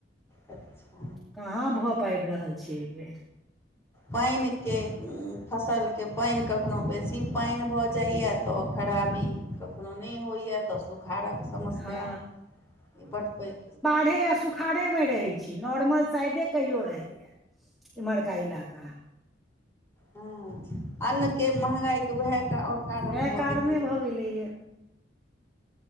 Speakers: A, on the left; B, in the centre.
A: अच्छा,
B: कहाँ भऽ पाइब रहल छै ऐ बेर।
A: पाइनके फसलके पाइन कखनो बेसी पाइन भऽ जाइया। तऽ ओ खराबी
B: हँ
A: कखनो न‌इ होइया तऽ बुखाड़क समस्या
B: हँ
A: ई बड पैघ
B: नइ आ सुखाड़ेमे रहै छी नॉर्मल साइदे कहियो रहैया इम्हरका इलाका।
A: हँ अन्नके महगाईके उएह टा आओर कारण
B: तैं
A: भऽ
B: कारणे
A: गेलैए।
B: भऽ गेलैयए।